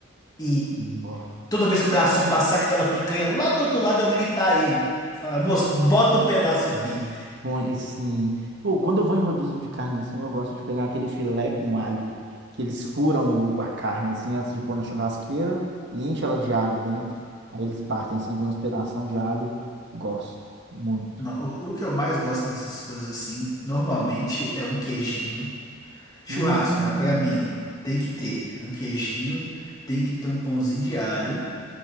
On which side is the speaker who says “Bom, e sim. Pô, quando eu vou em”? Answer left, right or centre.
Right